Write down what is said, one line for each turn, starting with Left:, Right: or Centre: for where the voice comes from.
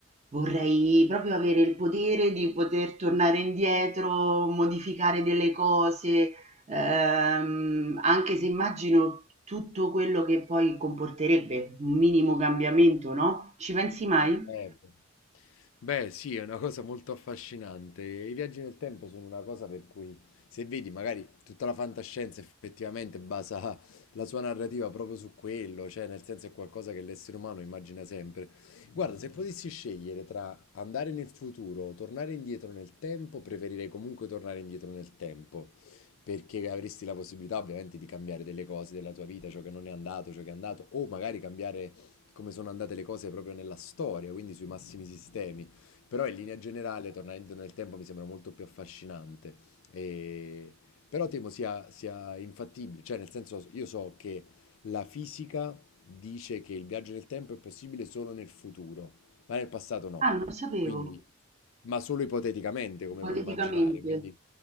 Right: vorrei proprio avere il potere di poter tornare indietro, modificare delle cose, ehm, anche se immagino tutto quello che poi comporterebbe un minimo cambiamento, no? Ci pensi mai?
Left: Eh, bene. Beh, sì, è una cosa molto affascinante. I viaggi nel tempo sono una cosa per cui, se vedi, magari tutta la fantascienza effettivamente basa la sua narrativa proprio su quello, cioè nel senso è qualcosa che l'essere umano immagina sempre. Guarda, se potessi scegliere tra andare nel futuro o tornare indietro nel tempo, preferirei comunque tornare indietro nel tempo, perché avresti la possibilità ovviamente di cambiare delle cose della tua vita, ciò che non è andato, ciò che è andato, o magari cambiare come sono andate le cose proprio nella storia, quindi sui massimi sistemi. Però in linea generale, tornare indietro nel tempo mi sembra molto più affascinante. E- Però temo sia, sia infattibile, cioè nel senso io so che la fisica dice che il viaggio nel tempo è possibile solo nel futuro, ma nel passato no.
Right: Ah, non lo sapevo.
Left: Quindi, ma solo ipoteticamente, come
Right: Politicamente,
Left: puoi immaginare. Quindi